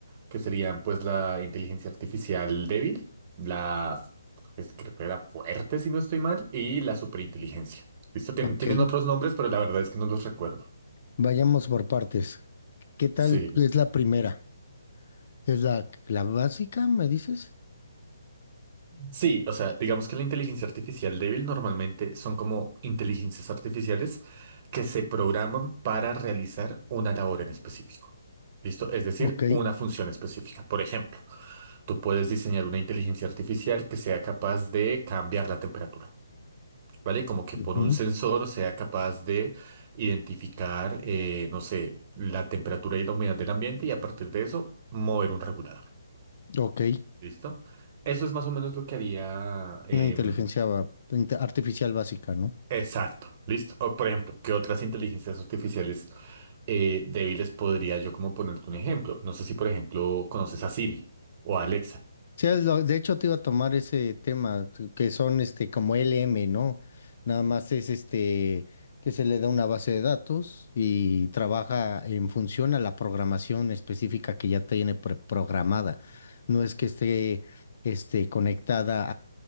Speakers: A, on the right (about 35°); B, on the left (about 50°).
A: que serían pues la inteligencia artificial débil, la pues, creo que era fuerte si no estoy mal, y la superinteligencia. Listo, Tien-
B: Ok,
A: tienen otros nombres, pero la verdad es que no los recuerdo.
B: vayamos por partes. ¿Qué tal
A: Sí,
B: es la primera? ¿Es la, la básica, me dices?
A: sí, o sea, digamos que la inteligencia artificial débil normalmente son como inteligencias artificiales que se programan para realizar una labor en específico. ¿Listo? Es decir,
B: Ok,
A: una función específica. Por ejemplo, tú puedes diseñar una inteligencia artificial que sea capaz de cambiar la temperatura. ¿vale? Como que
B: ujú,
A: por un sensor sea capaz de identificar, eh, no sé, la temperatura y la humedad del ambiente y a partir de eso mover un regulador.
B: Ok,
A: ¿Listo? Eso es más o menos lo que haría... em,
B: una inteligencia ba- inte- artificial básica, ¿no?
A: exacto, ¿listo? O, por ejemplo, ¿qué otras inteligencias artificiales eh, débiles podría yo como ponerte un ejemplo? No sé si, por ejemplo, conoces a Siri o a Alexa.
B: Sí, es lo- de hecho te iba a tomar ese tema, tú- que son este como L M ¿no? Nada más es este que se le da una base de datos y trabaja en función a la programación específica que ya tiene pre- programada. No es que esté este, conectada